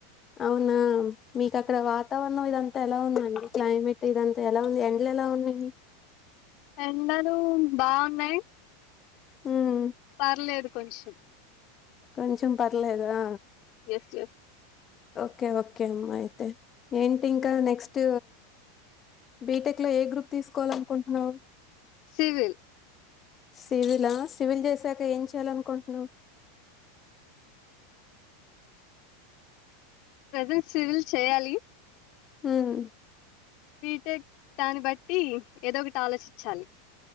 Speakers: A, on the left; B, on the left.
A: అవునా మీకు అక్కడ వాతావరణం ఇదంతా ఎలా ఉందండి క్లైమేట్ ఇదంతా ఎలా ఉంది ఎండలు ఎలా అవునని
B: ఎండలు బాగున్నాయి
A: ఉమ్
B: పర్లేదు కొంచెం
A: కొంచెం పర్లేదా
B: ఎస్ ఎస్
A: ఓకే ఓకే అమ్మా అయితే ఏంటి ఇంకా నెక్స్ట్ బీటెక్ లో ఏ గ్రూప్ తీసుకోవాలనుకుంటున్నావు
B: సివిల్
A: సివిలా సివిల్ చేసాక ఏం చేయాలి అనుకుంటున్నావు
B: ప్రజెంట్ సివిల్ చేయాలి
A: ఊమ్మ్
B: బీటెక్ దాన్ని బట్టి ఏదో ఒకటి ఆలోచించాలి